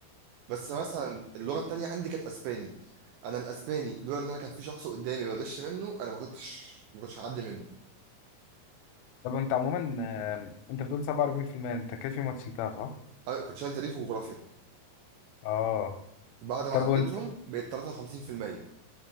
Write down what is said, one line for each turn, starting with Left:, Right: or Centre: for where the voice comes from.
Right: بس مثلا اللغه التانيه عندي كانت اسباني انا الاسباني لولا ان انا كان في شخص قدامي بغش منه انا ما كنتش ما كنتش هعدي منه
Left: طب انت عموما آه، انت بتقول 47% انت كده في ماتش شلتها صح
Right: أنا كنت شايل تاريخ وجغرافيا
Left: اه
Right: بعد ما
Left: طب
Right: عديتهم
Left: وانت
Right: بقيت 53%